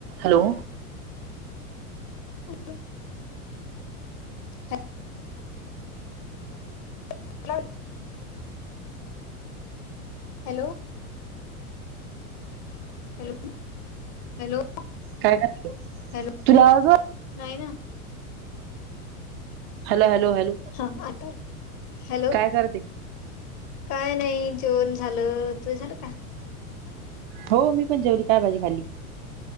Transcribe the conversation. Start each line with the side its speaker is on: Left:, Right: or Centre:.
Right: Hello
Left: हॅल ह <unintelligible> hello hello hello
Right: काय करते
Left: नाही
Right: तुला आवाज वर
Left: ना
Right: हॅलो हॅलो हॅलो
Left: हा आता हॅलो
Right: काय करते?
Left: काय नाही जेवण झालं तु झालं का?
Right: हो मी जेवले काय भाजी खाली?